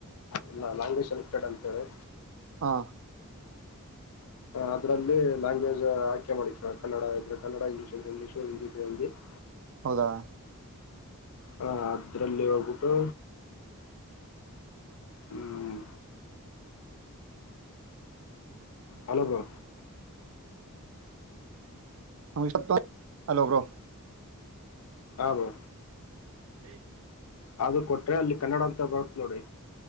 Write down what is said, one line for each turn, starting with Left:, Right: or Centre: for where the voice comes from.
Left: ಇಲ್ಲಲ್ಯಾಂಗ್ವಜ್ ಸೆಲೆಕ್ಟೆಡ್ ಅಂತ ಹೇಳಿ
Right: ಹಾ
Left: ಅದಲ್ಲಿಲ್ಯಾಂಗ್ವೇ್ ಆ್ಕೆ ಮಾಡಿಕ ಕನ್ನಡ ಇದ್ರೆ ಕನ್ನಡ ಇಂಗ್ಲೀಷ್ ಇದ್ರೆ ಇಂಗ್ಲೀಷ್ ಹಿಂದಿ ಇದ್ರೆ ಹಿಂದಿ <inaudible>
Right: ಹೌದಾ
Left: ಹ ಅದ್ರಲ್ಲಿ ಹೋಗ್ಬಿಟ್ಟು ಹ್ಮ್ ಹಲ್ಲೊ ಬ್ರೋ
Right: ಹ ಸ ಹಲೋ ಬ್ರೋ
Left: ಆಬೋ
Right: <inaudible>
Left: ಅದು ಕೊಟ್ರೆ ಅಲ್ಲಿ ಕನ್ನಡ ಅಂತ ಬರುತ್ ನೋಡಿ